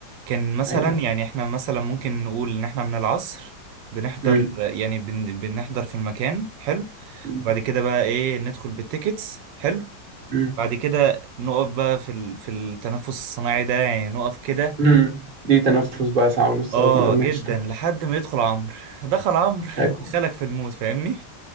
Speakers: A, on the right (about 85°); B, on the right (about 35°).
A: كان مثلا
B: أيوه
A: يعني احنا مثلا ممكن نقول ان احنا من العصر بنحضر
B: أمم،
A: يعني بن بنحضر في المكان حلو
B: أمم،
A: وبعد كده بقى ايه ندخل بالتيكتس حلو
B: أمم،
A: بعد كده نقف بقى في ال... في التنفس الصناعي ده يعني نقف كده
B: أمم. دي تنفس بقى ساعة ونص
A: اه
B: لغاية ما الأغنية
A: جدا
B: تشتغل
A: لحد ما يدخل عمرو دخل عمرو
B: أكو-
A: <laughs> دخلك في الموت فاهمني